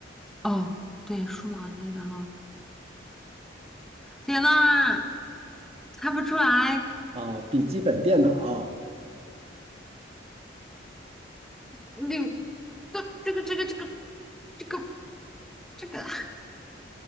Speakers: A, in the centre; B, on the right (about 35°).
A: 哦，对，数码类的啊、天呐，猜不出来，
B: 哦，笔记本电脑，
A: 你这这个这个这个这个这个